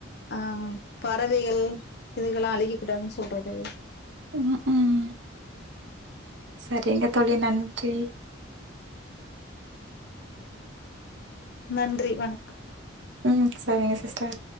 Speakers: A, on the left; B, on the right.
A: ஆ பறவைகள் இதுகள்ல்லா அழிக்க கூடாதுன்னு சொல்றது
B: ம் ஹும் சரிங்க தோழி நன்றி
A: நன்றி வணக்
B: ம் சரிங்க சிஸ்டர்